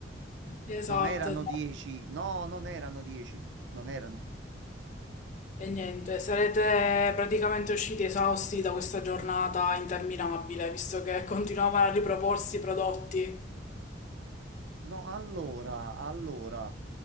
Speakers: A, on the left; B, on the right.
A: Esatto,
B: Non erano
A: esatto.
B: 10, no, non erano 10, non erano.
A: E niente, sarete praticamente usciti esausti da questa giornata interminabile, visto che continuavano a riproporsi i prodotti.
B: No, allora, allora,